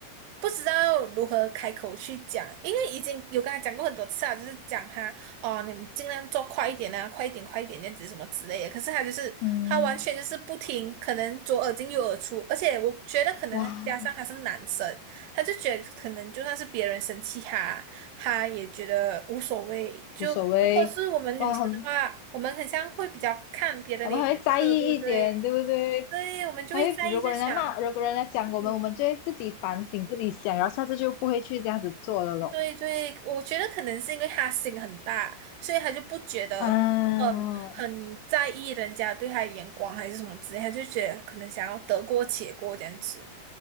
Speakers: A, on the right (about 80°); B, on the left (about 85°).
A: 不知道如何开口去讲，因为已经有跟他讲过很多次啊，就是讲他哦，你们尽量做快一点啊，快一点，快一点，那样子什么之类的。可是他就是他完全就是不听，
B: 嗯，
A: 可能左耳进右耳出，而且我觉得可能他加上他是男生，
B: 哇，
A: 他就觉得可能就算是别人生气他，他也觉得无所谓。就如果是我们女生的话，
B: 无所谓，哇，很
A: 我们很像会比较看别人的脸色，
B: 我们还会在意一点，
A: 对不对？
B: 对不对？
A: 对，我们就会在意，
B: 还会如果人家骂，
A: 就想，
B: 如果人家讲我们，
A: 嗯。
B: 我们就会自己反省自己想，然后下次就不会去这样子做了咯。
A: 对对，我觉得可能是因为他心很大，所以他就不觉得很很在意人家对他的眼光还是什么之类，
B: 啊。
A: 他就觉得可能想要得过且过这样子。